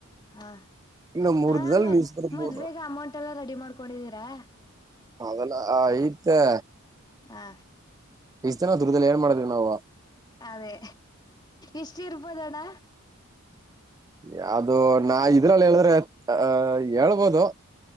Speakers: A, on the left; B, on the right.
A: ಹಾ
B: ಇನ್ನು ಮೂರ್
A: ಹ
B: ದಿನದಲ್ಲಿ
A: ಮತ್
B: ನ್ಯೂಸ್ ಬರ್ಬೋದು
A: ಮದ್ ಬೇಗ ಅಮೌಂಟ್ ಎಲ್ಲಾ ರೆಡಿ ಮಾಡ್ಕೊ ಕೊಡಿದ್ದೀರಾ
B: ಹೆಲ್ಲ ಆ ಈ ಎ
A: ಹಾ
B: ಇಷ್ಟ ದಿನ ದ ದುರ್ದಲ್ಲಿ ಏನ್ ಮಾಡಿದೀವಿ ನಾವು
A: ಅದೇ ಎಷ್ಟ ಇರ್ಬೋದಣ್ಣ
B: ಯಾವದು ನಾ ಇದ್ರಲ್ಲಿ ಹೇಳಿದ್ರೆ ಅಹ ಹೇಳ್ಬೋದು